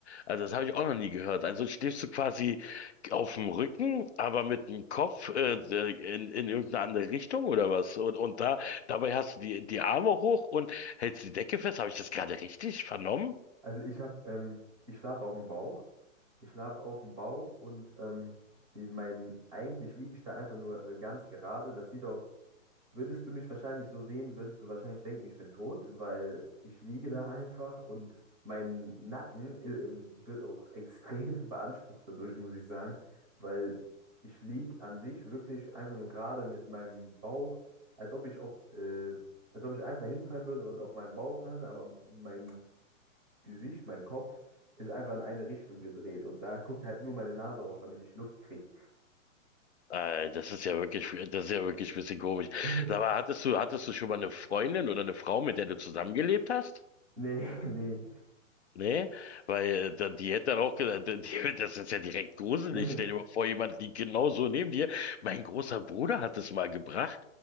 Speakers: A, on the left (about 55°); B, in the centre.
A: Also das habe ich auch noch nie gehört. Also stehst du quasi auf dem Rücken, aber mit dem Kopf äh, äh, in, in irgendeine andere Richtung oder was? Und, und da dabei hast du die, die Arme hoch und hältst die Decke fest. Habe ich das gerade richtig vernommen?
B: Also ich habe, ähm, ich schlafe auf dem Bauch. Ich schlafe auf dem Bauch und ähm, in mein, eigentlich liege ich da einfach nur äh, ganz gerade. Das sieht auch, würdest du mich wahrscheinlich so sehen, würdest du wahrscheinlich denken, ich bin tot, weil ich liege da <laughs> einfach und mein Nacken äh, wird auch extrem <laughs> beansprucht dadurch, muss ich sagen, weil ich liege an sich wirklich einfach nur gerade mit meinem Bauch, als ob ich auf, äh, als ob ich einfach hinfallen würde und auf meinem Bauch lande, aber mein Gesicht, mein Kopf ist einfach in eine Richtung gedreht und da guckt halt nur meine Nase raus, damit ich Luft kriege.
A: Äh, das ist ja wirklich, das ist ja wirklich ein bisschen komisch.
B: <laughs>
A: Aber hattest du, hattest du schon mal eine Freundin oder eine Frau, mit der du zusammengelebt hast?
B: Nee, nee.
A: Nee, weil äh, die hätte dann auch gesagt, äh, die, <laughs> das ist ja direkt gruselig.
B: <laughs>
A: Stell dir mal vor, jemand liegt genau so neben dir. Mein großer Bruder hat es mal gebracht.